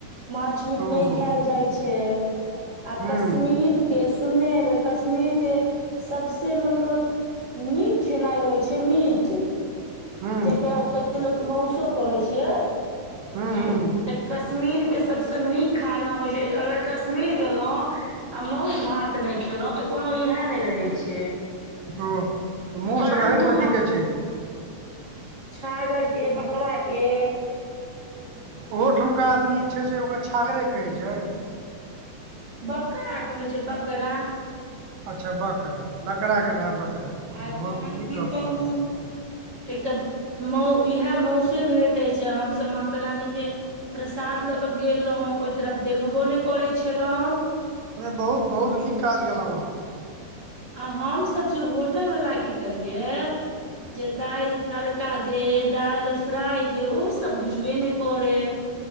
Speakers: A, on the right; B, on the right.
A: माछ-मीट
B: ओ
A: नै खेल जाइ छै आ
B: हूँ
A: कश्मीर के सुनने हेबै कश्मीर के सबसे मतलब नीक खेनाय होइ छै मीट।
B: हूँ
A: जेकरा कते लोक मौसो कहै छियै।
B: हूँ
A: त
B: हूँ
A: कश्मीरके सबसे नीक खाना होइ छै, अगर कश्मीर गेलौं आ मौस-भात नै खेलौं तऽ कोनो इहे नै रहै छै।
B: ओ, तऽ मौस
A: परन्तु
B: रहै कथीे के छै?
A: छागरके, बकराके
B: ओहो ठमका आदमी छै से ओकरा छागरे कहै छै?
A: बकरा कहै छै बकरा।
B: अछा बकरा, लकड़ा के भे बकरा,
A: आ
B: बहुत
A: तहन
B: नीक
A: की
B: गप
A: कहू
B: कहलौंए।
A: एकटा मौ इहे मौसे भेटै छै आ हम सब माता रानी के प्रसाद लऽ कऽ गेल रहौं, ओइ तरफ देखबो नै करै छलौं
B: नै बहुत-बहुत नीक काज गेलौं अहाँ।
A: आ हम सब जे होटल वला के कहियै जे दाइल तड़का दे, दाइल फ्राइ दे ओ सब बुझबे ने करै।